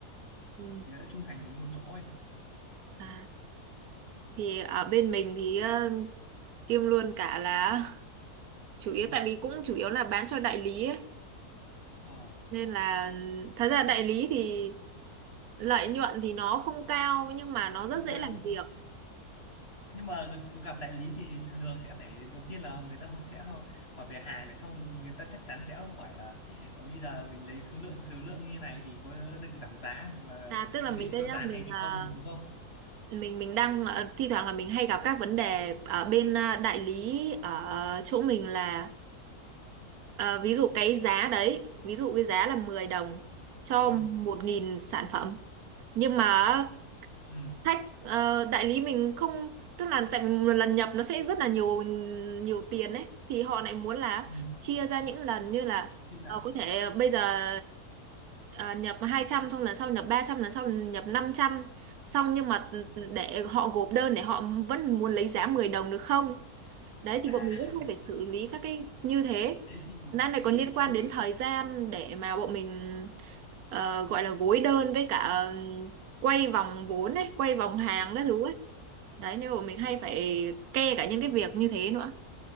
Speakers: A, on the right; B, on the left.
A: Ừ.
B: thì sẽ trung thành với một chỗ ấy
A: À, thì ở bên mình thì ờ, kiêm luôn cả là chủ yếu
B: ừ.
A: tại vì cũng chủ yếu là bán cho đại lý ấy.
B: ờ
A: Nên là thật ra đại lý thì lợi nhuận thì nó không cao nhưng mà nó rất
B: không
A: dễ
B: cao
A: làm việc.
B: nhưng mà gặp đại lý thì thường thường sẽ phải đầu tiên là người ta họ sẽ ho- hỏi về hàng này xong người ta chắc chắn sẽ hỏi là "Ờ, bây giờ mình lấy số lượng số lượng như này thì có được giảm giá hoặc là
A: À, tức là
B: để
A: mình đây
B: cho
A: nhá,
B: giá
A: mình
B: này được
A: à,
B: không đúng không
A: mình mình đang ờ, thi thoảng là mình hay gặp các vấn đề ở bên ờ, đại lý ở chỗ mình là ờ, ví dụ cái giá đấy ví dụ cái giá là 10 đồng cho
B: ừ
A: một nghìn sản phẩm nhưng mà
B: ừ
A: hack ờ, đại lý mình không tức là tại vì một lần nhập nó sẽ rất là nhiều nhiều tiền ấy thì họ lại muốn là
B: ừ
A: chia ra những lần như là
B: chưa giảm
A: ờ, có thể bây giờ ờ, nhập hai trăm xong lần sau nhập ba trăm lần sau nhập 500 xong nhưng mà ừ,
B: Ừ.
A: để họ gộp đơn để họ vẫn muốn lấy giá 10 đồng được không Đấy thì
B: à
A: bọn mình rất hay phải xử lý các cái như thế.
B: <laughs> thế thì
A: Đang này
B: bị,
A: còn liên quan
B: bị-
A: đến thời gian để mà bọn mình ờ, gọi là gối đơn với cả ừm, quay vòng vốn ấy, quay vòng hàng các
B: ờ,
A: thứ ấy. Đấy nên bọn mình hay phải kê cả những cái việc như thế nữa.